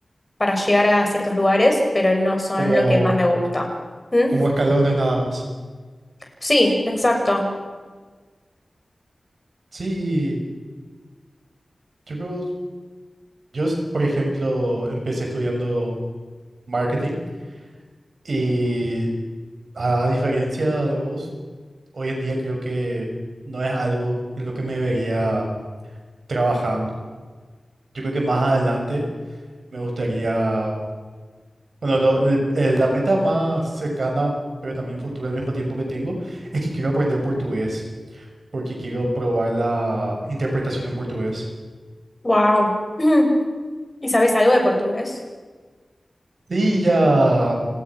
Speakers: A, on the left (about 25°); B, on the right (about 75°).
A: para llegar a ciertos lugares, pero no son
B: como,
A: lo que más me gusta. ¿Mm?
B: como escalones nada más.
A: Sí, exacto.
B: Sí, y yo creo, yo, s- por ejemplo, empecé estudiando marketing y a, a diferencia de vos, hoy en día creo que no es algo en lo que me vería trabajando. Yo creo que más adelante me gustaría, bueno, lo- el- el- la meta más cercana, pero también futura al mismo tiempo que tengo, es que quiero aprender portugués, porque quiero probar la interpretación en portugués.
A: Wow. <clears throat> ¿Y sabes algo de portugués?
B: Sí, ya.